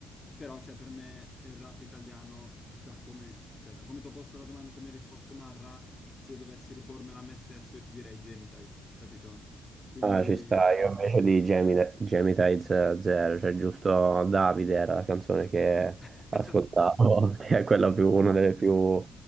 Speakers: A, on the left; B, on the right.
A: però cioè, per me il rap italiano, da come, cioè, da come ti ho posto la domanda, tu mi hai risposto Marra, se dovessi ripormela a me stesso io ti direi Jamie Tights, capito? Quindi...
B: Ah, ci sta, io invece di Gemini- Geminides Zero, cioè giusto Davide era la canzone che
A: <laughs>
B: ascoltavo, <laughs> che è quella più, una delle più